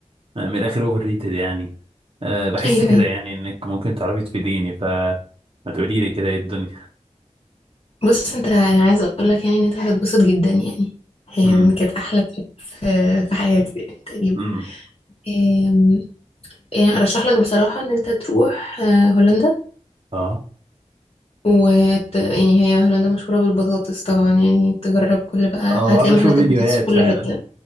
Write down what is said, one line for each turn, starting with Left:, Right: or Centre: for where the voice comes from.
Right: أنا من الاخر اوفر ريتد يعني أه بحس
Left: ايوه
Right: كده
Left: ايوه
Right: يعني انك ممكن تعرفي تفيديني فما تقولي لي كده ايه الدنيا
Left: بص انت انا عايزه اقول لك يعني ان انت هتتبسط جدا يعني هي
Right: امم
Left: يعني كانت احلى ترip في في حياتي يعني تقريبا
Right: امم
Left: أم، يعني ارشح لك بصراحه ان انت تروح آه، هولندا
Right: اه
Left: وت... يعني هي هولندا مشهوره بالبطاطس طبعا يعني تجرب كل بقى
Right: اه
Left: هتلاقي
Right: بقعد اشوف
Left: محلات
Right: فيديوهات
Left: البطاطس في كل
Right: فعلا
Left: حته